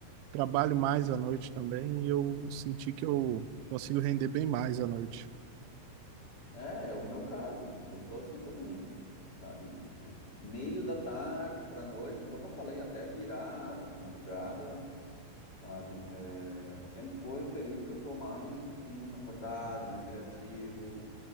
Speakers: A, on the right (about 85°); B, on the left (about 25°).
A: trabalho mais à noite também e eu senti que eu consigo render bem mais à noite.
B: é, é o meu caso. Eu sou assim também, sabe? Fi- Meio da tarde pra noite, como eu falei, até virar madrugada, sabe? É, sempre foi um período que eu tô mais assim acordado, mais criativo,